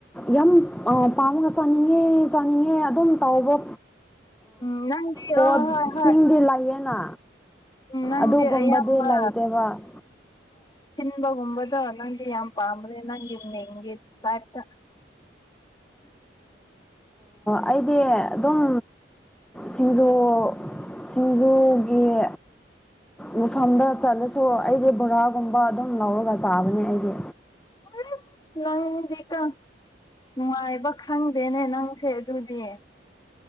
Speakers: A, in the centre; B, on the left.
A: ꯌꯥꯝ ꯄꯥꯝꯅ ꯆꯥꯅꯤꯡꯉꯦ ꯆꯥꯅꯤꯡꯉꯦ ꯑꯗꯨꯝ ꯇꯥꯎꯕ
B: ꯎꯝ ꯅꯪꯗꯤ
A: ꯄꯣꯠꯁꯤꯡꯗꯤ
B: ꯍꯣꯏ ꯍꯣꯏ ꯍꯣꯏ
A: ꯂꯩꯌꯦꯅ
B: ꯎꯝ ꯅꯪꯗꯤ
A: ꯑꯗꯨꯒꯨꯝꯕ
B: ꯑꯌꯥꯝꯕ
A: ꯗ ꯂꯥꯏꯗ ꯋꯥ
B: ꯏꯕꯒꯨꯝꯝꯕꯗ ꯅꯪ ꯌꯥꯝ ꯄꯥꯝꯕ꯭ꯔꯦ ꯅꯪ ꯏ ꯍꯦ ꯇꯥꯏꯇ
A: ꯑꯩꯗꯤ ꯑꯗꯨꯝ ꯁꯤꯡꯖꯣ ꯁꯤꯡꯖꯒꯤꯦ ꯃꯐꯝꯗ ꯆꯠꯂꯁꯨ ꯑꯩꯗꯤ ꯕꯣꯔꯥꯒꯨꯝꯕ ꯑꯗꯨꯝ ꯂꯧꯔꯒ ꯆꯥꯕꯅꯦ ꯑꯩꯗꯤ
B: ꯄꯨ ꯅꯪꯀ ꯅꯨꯡꯉꯥꯏꯕ ꯈꯪꯗꯦꯅꯦ ꯅꯪꯁꯦ ꯑꯗꯨꯗꯤꯌꯦ